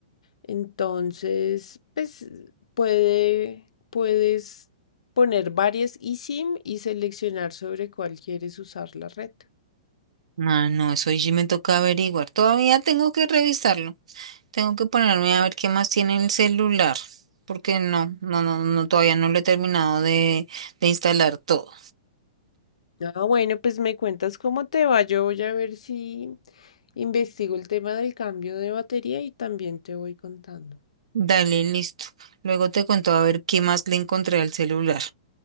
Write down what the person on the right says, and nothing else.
Ah, no, eso ya me toca averiguar. Todavía tengo que revisarlo. Tengo que ponerme a ver qué más tiene el celular, porque no, no, no, no, todavía no lo he terminado de, de instalar todo.
Dale, listo. Luego te cuento a ver qué más le encontré al celular.